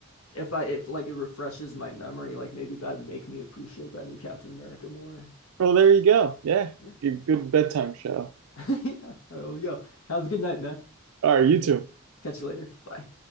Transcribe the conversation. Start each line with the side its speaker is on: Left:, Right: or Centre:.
Left: if I if like it refreshes my memory, like maybe that'd make me appreciate that new Captain America more.
Right: Well, there you go. Yeah,
Left: Yeah.
Right: good, good bedtime show.
Left: <laughs> Yeah. Oh, yo, have a good night, man.
Right: All right, you two.
Left: Catch you later. Bye.